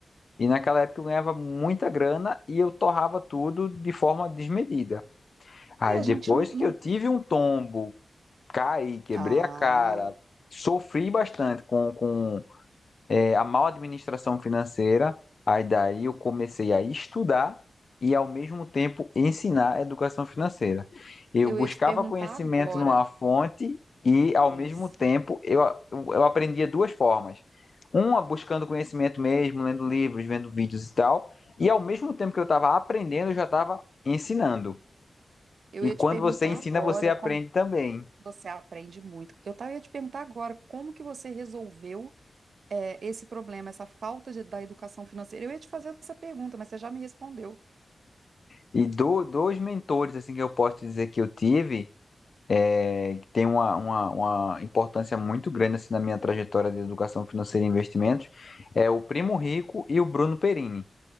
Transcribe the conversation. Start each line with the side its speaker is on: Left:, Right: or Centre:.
Left: e naquela época eu ganhava muita grana e eu torrava tudo de forma desmedida. Aí
Right: É, a
Left: depois
Right: gente não, não.
Left: que eu tive um tombo, caí, quebrei
Right: Ah,
Left: a cara, sofri bastante com, com é, a má administração financeira. Aí daí eu comecei a estudar e ao mesmo tempo ensinar a educação financeira. Eu
Right: eu
Left: buscava
Right: ia te perguntar
Left: conhecimento
Right: agora
Left: numa fonte e ao
Right: isso.
Left: mesmo tempo eu, eu aprendia duas formas. Uma buscando conhecimento mesmo, lendo livros, vendo vídeos e tal, e ao mesmo tempo que eu estava aprendendo, eu já estava ensinando.
Right: Eu
Left: E
Right: ia
Left: quando
Right: te perguntar
Left: você ensina,
Right: agora
Left: você aprende
Right: como
Left: também.
Right: você aprende muito. Eu tava, ia te perguntar agora como que você resolveu é, esse problema, essa falta de- da educação financeira. Eu ia te fazer essa pergunta, mas você já me respondeu.
Left: E do, dois mentores assim que eu posso dizer que eu tive É, que tem uma, uma, uma importância muito grande assim, na minha trajetória de educação financeira e investimentos, é o Primo Rico e o Bruno Perini.